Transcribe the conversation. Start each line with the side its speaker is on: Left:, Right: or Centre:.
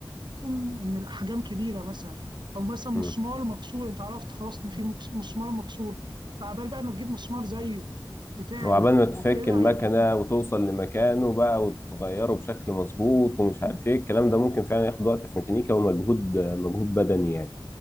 Right: تكون ان الاحجام كبيره مثلا او مثلا مسمار
Left: مم.
Right: مكسور انت عرفت خلاص ان في مكس- مسمار مكسور تعبان بقى ما تجيب مسمار زيه وتعمل
Left: وعبال ما
Right: وكده
Left: تفك المكنه
Right: هي
Left: وتوصل لمكانه بقى وتغيره بشكل مظبوط ومش عارف ايه الكلام ده ممكن فعلا ياخد وقت في ميكانيكا ومجهود مجهود بدني يعني